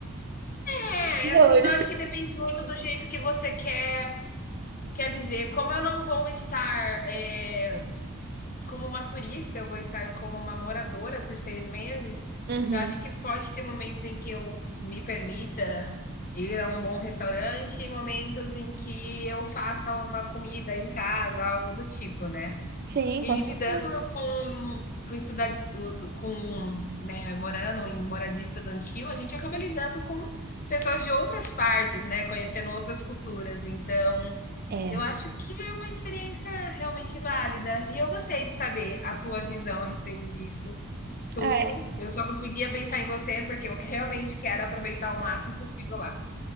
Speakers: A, on the left; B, on the right.
A: É,
B: E
A: assim,
B: olha,
A: eu acho que depende muito do jeito que você quer quer viver. Como eu não vou estar, eh como uma turista, eu vou estar como uma moradora por seis meses.
B: Uhum.
A: Eu acho que pode ter momentos em que eu me permita ir a um bom restaurante e momentos em que eu faça uma comida em casa, algo do tipo, né?
B: Sim,
A: E
B: com certeza.
A: lidando eu com com estuda com, né, morando em moradia estudantil, a gente acaba lidando com pessoas de outras partes, né, conhecendo outras culturas. Então,
B: É.
A: eu acho que é uma experiência realmente válida. E eu gostei de saber a tua visão a respeito disso tudo.
B: Ah,
A: Eu só conseguia pensar em você porque eu realmente quero aproveitar o máximo possível lá.